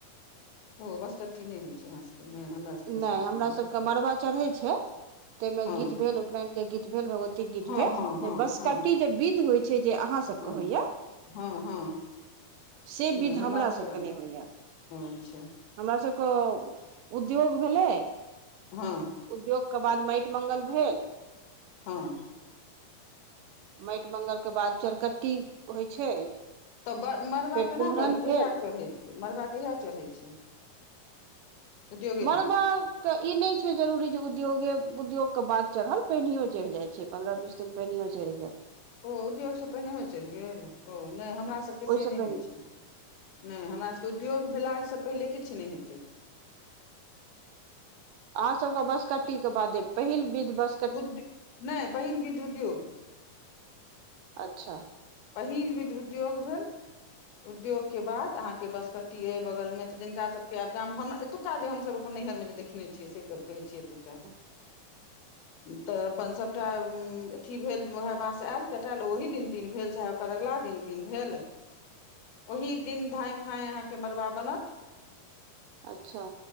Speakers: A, on the left (about 85°); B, on the right (about 75°).
A: ओ बसकट्टी नय होइ छै यहाँ सबके नय हमरा सबके बसकट्टी
B: नय हमरा
A: तऽ होइ
B: सभ
A: छै
B: के मड़बा चढ़ै छै ताहिमें
A: हँ
B: गीत भेल उपनयन के गीत भेल भगवती गीत
A: हँ
B: भेल
A: हँ हँ
B: बसकट्टी
A: हँ
B: विध होइ छै जे अहाँ सबके
A: हँ
B: होइया
A: हँ हँ
B: से
A: नहि
B: विधि हमरा
A: सबके
B: सभकेँ नय होइए
A: अच्छा
B: हमरा सभके उद्योग भेलै
A: हँ
B: उद्योग के बाद माटि मंगल भेल
A: हँ
B: माटि मंगल के बाद चरकट्टी होइ छै
A: तब ब मड़बा
B: फेर
A: केना
B: कुम्हरन
A: बढ़ै छै कहिया
B: भेल
A: चढ़ैत छियै मड़बा कहिया चढ़ैत छै उद्योगे
B: मरबा
A: दिन
B: के ई नय छै जरूरी जे उद्योगे उद्योग के बात चढ़ल पहिनयो चढ़ि जाय छै पन्द्रह बीस चिन पेनियओ चड़ि गेल
A: ओ उद्योगसँ पहिनेहो चढ़ि गेल ओ नय हमरा सभके
B: ओहिसँ
A: से नय
B: पहिने
A: होइ छै नय हमरा सभके उद्योग भेलासँ पहिले किछु नय हेतै
B: अहाँ सब के बसकट्टी के बादे पहिल विध बस
A: उद्य नय पहिन बीध उद्योग
B: अच्छा
A: पहिल विध उद्योग भेल उद्योग के बाद अहाँके बसकट्टी अइ बगल मे तऽ जिनका सबके आब <unintelligible> एतुका जे हमसभ अपन नैहर मे जे देखने छियै से कहै छिय एतुक्का
B: <inaudible>
A: तऽ अपन सभटा अथी भेल वएह बाँस आयल कटाएल ओहि दिन दिन भेल चाहे ओकर अगिला दिन दिन भेल ओहि दिन धाँय फाँय अहाँके मरबा बनत
B: अच्छा